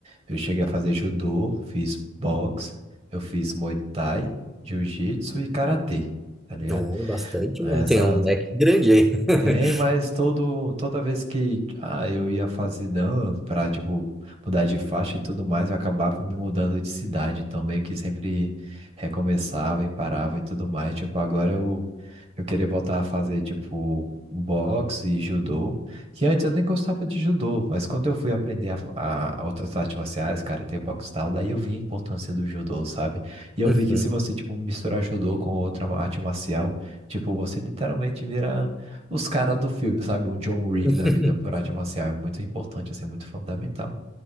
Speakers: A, on the right; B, in the centre.
A: Eu cheguei a fazer judô, fiz boxe, eu fiz muay thai, jiu-jitsu e karatê, tá ligado?
B: Oh, bastante,
A: Essa,
B: mano. Tem um leque grande aí. <laughs>
A: tem, mas todo, toda vez que ah, eu ia fazer dan pra, tipo, mudar de faixa e tudo mais, eu acabava me mudando de cidade. Então, meio que sempre recomeçava e parava e tudo mais. Tipo, agora eu, eu queria voltar a fazer, tipo, boxe e judô. Que antes eu nem gostava de judô, mas quando eu fui aprender a, a outras artes marciais, cara, tem boxe e tal, daí eu vi a importância do judô, sabe? E eu
B: Uhum.
A: vi que se você, tipo, misturar judô com outra arte marcial, tipo, você literalmente vira os caras do filme, sabe? O John Wick
B: <laughs>
A: da vida por arte marcial é muito importante, assim, é muito fundamental.